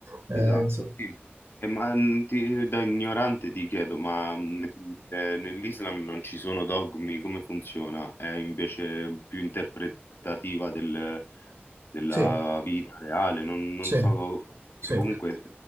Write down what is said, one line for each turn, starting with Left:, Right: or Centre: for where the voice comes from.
Right: Eh,
Left: Esatto,
Right: insomma.
Left: sì. E ma mh, ti- da ignorante ti chiedo, ma mh, eh, nell'Islam non ci sono dogmi, come funziona? È invece più interpretativa del- della
Right: Sì,
Left: vita reale, non, non
Right: sì,
Left: so, co-
Right: sì.
Left: che comunque